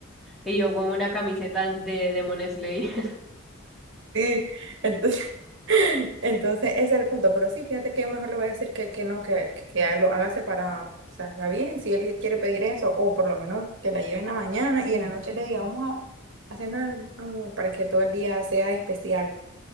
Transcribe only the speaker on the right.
Sí, entonces, <laughs> entonces ese es el punto. Pero sí, fíjate que yo mejor le voy a decir que, que no, que, que lo haga separado. O sea, está bien si él quiere pedir eso, o por lo menos que la lleve en la mañana y en la noche le diga, vamos a, a cenar, amor, para que todo el día sea especial.